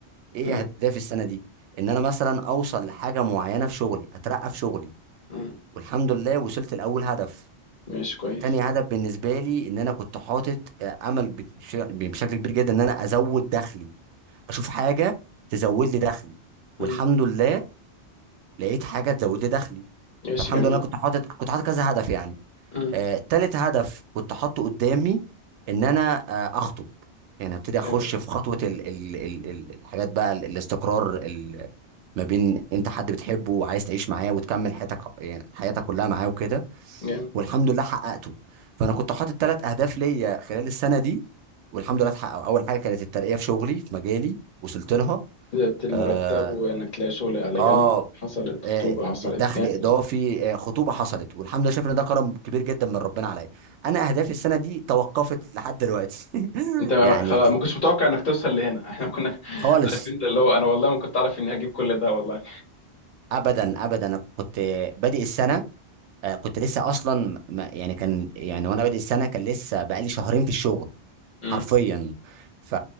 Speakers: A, on the right; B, on the left.
A: ايه
B: مم.
A: اهدافي السنه دي ان انا مثلا اوصل لحاجه معينه في شغلي اترقى في شغلي
B: مم.
A: والحمد لله وصلت لاول هدف
B: ماشي كويس
A: تاني هدف بالنسبه لي ان انا كنت حاطط آه، امل بش- بشكل كبير جدا ان انا ازود دخلي اشوف حاجه تزود لي دخلي والحمد
B: مم.
A: لله لقيت حاجه تزود لي دخلي
B: ماشي
A: فالحمد
B: جميل
A: لله كنت حاطط كنت حاطط كذا هدف يعني
B: مم.
A: آه، تالت هدف كنت حاطه قدامي ان انا آه، اخطب يعني ابتدي اخش
B: جميل
A: في خطوه ال ال ال ال- الحاجات بقى ال- الاستقرار ما بين انت حد بتحبه وعايز تعيش معاه وتكمل حياتك يعني حياتك كلها معاه وكده
B: جامد
A: والحمد لله حققته فانا كنت حاطط ثلاث اهداف ليا خلال السنه دي والحمد لله اتحققوا اول حاجه كانت الترقيه في شغلي في مجالي وصلت لها
B: زادت المرتب
A: اه,
B: وإنك تلاقي شغل على
A: آه
B: جنب حصلت خطوبة
A: آه،
B: حصلت
A: دخل
B: جامد
A: اضافي آه، خطوبه حصلت والحمد لله شايف ان ده كرم كبير جدا من ربنا عليا انا اهدافي السنه دي توقفت لحد دلوقتي <laughs>
B: انت ما-
A: يعني
B: خلاص ما كنتش متوقع انك توصل لهنا <laughs> احنا كنا
A: خالص
B: عارف انت اللي هو انا والله ما كنت اعرف اني هجيب كل ده والله
A: ابدا ابدا انا كنت بادئ السنه آه، كنت لسه اصلا ما- يعني كان يعني وانا بادئ السنه كان لسه بقالي شهرين في الشغل
B: مم.
A: حرفيا ف